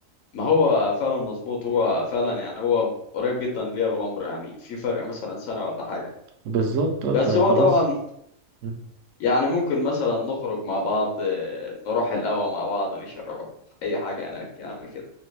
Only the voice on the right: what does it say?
بالظبط اه
فخلاص
مم.